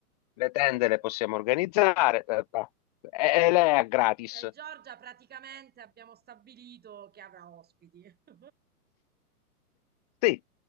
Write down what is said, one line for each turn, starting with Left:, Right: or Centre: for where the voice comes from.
Left: Le tende
Right: Ok.
Left: le possiamo organizzare. eh, eh, E, e lei è gratis.
Right: Cioè, Giorgia praticamente abbiamo stabilito che avrà ospiti. <laughs>
Left: Sì,